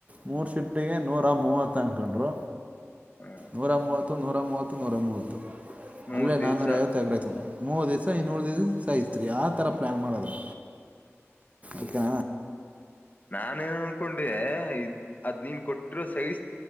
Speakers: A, on the right; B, on the left.
A: ಮೂರು ಶಿಫ್ಟಿಗೆ ನೂರ ಮೂವತ್ತು ಅನ್ಕೊಂಡ್ರು
B: ಹ್ಮ್
A: ನೂರ ಮೂವ ಹತ್ತು ನೂರ ಮೂವತ್ತು ನೂರ ಮೂವತ್ತು
B: ಮೂರ್
A: ಅಲ್ಲೇ
B: ದಿವ್ಸ
A: ನಾಾನೂರ ಐವತ್ತು ಎಗ್ರ ಆತು ಮೂವರು ದಿವ್ಸ
B: ಹ
A: ಇನ್ನೂರು ದಿವ ಸೈ್ು ರಿ ಯಾವ ಥರ ಪ್ಲ್ಯಾನ್ ಮಾಡೋದು ಈಕ್ಕೆ
B: ನಾನೇಏನ್ ಅನ್ಕೊಂಡೆ ಅದ್ ನೀನ್ ಕೊಟ್ಟಿರೋ ಸಹಿಸ